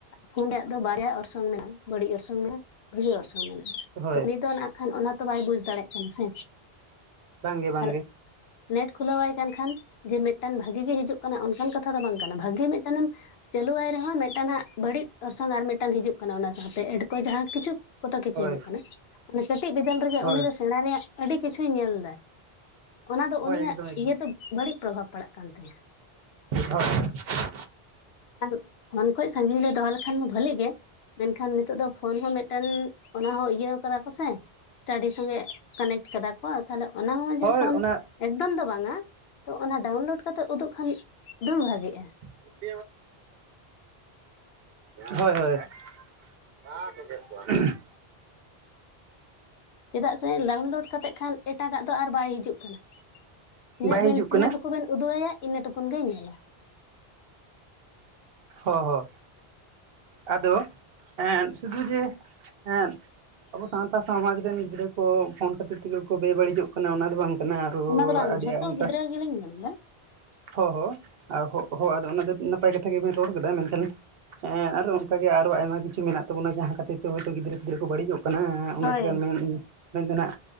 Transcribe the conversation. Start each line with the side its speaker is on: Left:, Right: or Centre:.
Left: ᱯᱷᱳᱱ ᱨᱮᱭᱟᱜ ᱫᱚ ᱵᱟᱨᱭᱟ ᱚᱨᱥᱚᱝ ᱢᱮᱱᱟᱜᱼᱟ ᱵᱟᱹᱲᱤᱡ ᱚᱨᱥᱚᱝ ᱢᱮᱱᱟᱜᱼᱟ ᱵᱷᱟᱹᱜᱤ ᱚᱨᱥᱚᱝ ᱢᱮᱱᱟᱜᱼᱟ
Right: ᱦᱳᱭ
Left: ᱛᱚ ᱩᱱᱤ ᱫᱚ ᱱᱟᱜ ᱠᱷᱟᱱ ᱚᱱᱟ ᱛᱚ ᱵᱟᱭ ᱵᱩᱡᱽ ᱫᱟᱲᱮᱭᱟᱜ ᱠᱟᱱᱟ ᱥᱮ
Right: ᱵᱟᱝ ᱜᱮ ᱵᱟᱝ
Left: ᱟᱨ
Right: ᱜᱮ
Left: ᱱᱮᱴ ᱠᱷᱩᱞᱟᱹᱣᱟᱭ ᱠᱟᱱ ᱠᱷᱟᱱ ᱡᱮ ᱢᱤᱫᱴᱟᱝ ᱵᱷᱟᱜᱤ ᱜᱮ ᱦᱤᱡᱩᱜ ᱠᱟᱱᱟ ᱚᱱᱠᱟᱱ ᱠᱟᱛᱷᱟ ᱫᱚ ᱵᱟᱝ ᱠᱟᱱᱟ ᱵᱷᱟᱹᱜᱮ ᱢᱤᱫᱴᱮᱱ ᱮᱢ ᱪᱟᱹᱞᱩᱣᱟᱭ ᱨᱮᱦᱚᱸ ᱢᱤᱫᱴᱟᱝ ᱵᱟᱹᱲᱤᱡ ᱚᱨᱥᱚᱝ ᱟᱨ ᱢᱤᱫᱴᱟᱝ ᱦᱤᱡᱩᱜ ᱠᱟᱱᱟ ᱚᱱᱟ ᱥᱟᱶᱛᱮ ᱮᱴᱠᱚ ᱡᱟᱦᱟᱸ ᱠᱤᱪᱷᱩ ᱠᱚᱛᱚ ᱠᱤᱪᱷᱩ
Right: ᱦᱳᱭ
Left: ᱦᱤᱡᱩᱜ ᱠᱟᱱᱟ ᱢᱟᱱᱮ ᱠᱟᱹᱴᱤᱡ ᱵᱤᱫᱟᱹᱞ ᱨᱮᱜᱮ
Right: ᱦᱳᱭ
Left: ᱩᱱᱤ ᱫᱚ ᱥᱮᱬᱟ ᱨᱮᱭᱟᱜ ᱟᱹᱰᱤ ᱠᱤᱪᱷᱩᱭ ᱧᱮᱞ ᱫᱟᱭ ᱚᱱᱟ ᱫᱚ
Right: ᱦᱳᱭ
Left: ᱩᱱᱤᱭᱟᱜ
Right: ᱮᱠᱫᱚᱢ ᱮᱠᱫᱚᱢ
Left: ᱤᱭᱟᱹᱛᱮ ᱵᱟᱹᱲᱤᱡ ᱯᱨᱚᱵᱷᱟᱵᱽ ᱯᱟᱲᱟᱜ ᱠᱟᱱ ᱛᱟᱭᱟ
Right: ᱦᱳᱭ <unintelligible>
Left: ᱟᱨ ᱯᱷᱳᱱ ᱠᱷᱚᱡ ᱥᱟᱺᱜᱤᱧ ᱨᱮ ᱫᱚᱦᱚ ᱞᱮᱠᱷᱟᱱ ᱢᱟ ᱵᱷᱟᱞᱤ ᱜᱮ ᱢᱮᱱᱠᱷᱟᱱ ᱱᱤᱛᱚᱜ ᱫᱚ ᱯᱷᱳᱱ ᱦᱚᱸ ᱢᱤᱫᱴᱟᱝ ᱚᱱᱟ ᱦᱚᱸ ᱤᱭᱟᱹ ᱠᱟᱫᱟ ᱠᱚ ᱥᱮ ᱥᱴᱟᱰᱤ ᱥᱚᱸᱜᱮ ᱠᱟᱱᱮᱠᱴ ᱠᱟᱫᱟ ᱠᱚ ᱛᱟᱦᱞᱮ ᱚᱱᱟ
Right: ᱦᱳᱭ
Left: ᱯᱷᱳᱱ
Right: ᱚᱱᱟ
Left: ᱮᱠᱫᱚᱢ ᱫᱚ ᱵᱟᱝᱼᱟ ᱛᱚ ᱚᱱᱟ ᱰᱟᱣᱩᱱᱞᱳᱰ ᱠᱟᱛᱮᱜ ᱩᱫᱩᱜ ᱠᱷᱟᱱ ᱫᱩᱢ ᱵᱷᱟᱹᱜᱮᱜᱼᱟ᱾
Right: <unintelligible> ᱦᱳᱭ ᱦᱳᱭ <unintelligible>
Left: ᱪᱮᱫᱟᱜ ᱥᱮ ᱰᱟᱣᱩᱱᱞᱳᱰ ᱠᱟᱛᱮᱜ ᱠᱷᱟᱱ ᱮᱴᱟᱜᱟᱜ ᱫᱚ ᱟᱨ ᱵᱟᱭ ᱦᱤᱡᱩᱜ ᱠᱟᱱᱟ ᱛᱤᱱᱟᱹᱜ
Right: ᱵᱟᱭ
Left: ᱵᱮᱱ
Right: ᱦᱤᱡᱩᱜ
Left: ᱛᱤᱱᱟᱹᱜ
Right: ᱠᱟᱱᱟ
Left: ᱴᱩᱠᱩ ᱵᱮᱱ ᱩᱫᱩᱜ ᱟᱭᱟ ᱤᱱᱟᱹ ᱴᱩᱠᱩ ᱜᱮ ᱧᱮᱞᱟ
Right: ᱦᱚ ᱦᱚ ᱟᱫᱚ ᱮᱜ ᱥᱩᱫᱩ ᱡᱮ ᱦᱮᱸ ᱟᱵᱚ ᱥᱟᱶ ᱥᱟᱶᱛᱟ ᱥᱚᱢᱟᱡᱽ ᱨᱮᱱ ᱜᱤᱫᱽᱨᱟᱹ ᱠᱚ ᱯᱷᱳᱱ ᱠᱷᱟᱹᱛᱤᱨ ᱛᱮᱜᱮ ᱠᱚ ᱵᱮ-ᱵᱟᱹᱲᱤᱡᱚᱜ ᱠᱟᱱᱟ ᱚᱱᱟ ᱫᱚ ᱵᱟᱝ ᱛᱮᱱᱟᱜ ᱟᱨᱚ
Left: ᱫᱚ ᱵᱟᱝ
Right: ᱟᱹᱰᱤ
Left: ᱡᱷᱚᱛᱚ
Right: ᱚᱱᱠᱟ
Left: ᱜᱤᱫᱽᱨᱟᱹ ᱚᱱᱟ ᱜᱮᱞᱤᱧ ᱢᱮᱱ ᱫᱟ
Right: ᱦᱚᱸ ᱦᱚᱸ ᱦᱚᱸ ᱟᱫᱚ ᱚᱱᱟᱫᱚ ᱱᱟᱯᱟᱭ ᱠᱟᱛᱷᱟ ᱜᱮᱵᱮᱱ ᱨᱚᱲ ᱠᱮᱫᱟ ᱢᱮᱱᱠᱷᱟᱱ ᱦᱮᱸ ᱟᱨᱚ ᱚᱱᱠᱟᱜ ᱜᱮ ᱟᱨᱚ ᱟᱭᱢᱟ ᱠᱤᱪᱷᱩ ᱢᱮᱱᱟᱜ ᱛᱟᱚᱱᱟ ᱡᱟᱦᱟᱸ ᱠᱷᱟᱹᱤᱨ ᱛᱮ ᱦᱳᱭ ᱛᱚ ᱜᱤᱫᱽᱨᱟᱹ ᱯᱤᱫᱽᱨᱟᱹ ᱠᱚ ᱵᱟᱹᱲᱤᱡᱚᱜ ᱠᱟᱱᱟ ᱚᱱᱟ
Left: ᱦᱳᱭ
Right: ᱪᱤᱠᱟᱹᱱ ᱢᱮᱱ ᱢᱮᱱ ᱛᱮᱱᱟᱜ